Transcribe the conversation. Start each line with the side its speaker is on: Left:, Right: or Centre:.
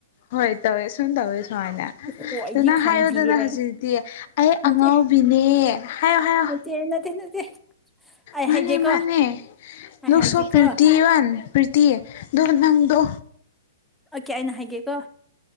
Left: ꯍꯣꯏ ꯇꯧꯋꯦ ꯁꯨꯝ ꯇꯧꯋꯦ ꯁꯨꯃꯥꯏꯅ
Centre: ꯑꯣꯍꯣ
Left: ꯑꯗꯨ
Centre: ꯑꯩꯗꯤ
Left: ꯅꯪ
Centre: ꯈꯪꯗꯤꯌꯦ
Left: ꯍꯥꯏꯌꯨꯗꯅ ꯍꯧꯖꯤꯛꯇꯤ ꯑꯩ
Centre: ꯅꯠꯇꯦ
Left: ꯑꯉꯥꯎꯕꯤꯅꯦ ꯍꯥꯏꯌꯣ ꯍꯥꯏꯌꯣ
Centre: ꯅꯠꯇꯦ ꯅꯠꯇꯦ ꯅꯠꯇꯦ ꯑꯩ
Left: ꯃꯥꯅꯦ
Centre: ꯍꯥꯏꯒꯦꯀꯣ
Left: ꯃꯥꯅꯦ
Centre: ꯑꯩ
Left: ꯂꯨꯛ
Centre: ꯍꯥꯏꯒꯦꯀꯣ
Left: ꯁꯣ ꯄ꯭ꯔꯤꯇꯤ ꯋꯥꯟ ꯄ꯭ꯔꯤꯇꯤ ꯑꯗꯣ ꯅꯪꯗꯣ
Centre: ꯑꯣꯀꯦ ꯑꯩꯅ ꯍꯥꯏꯒꯦꯀꯣ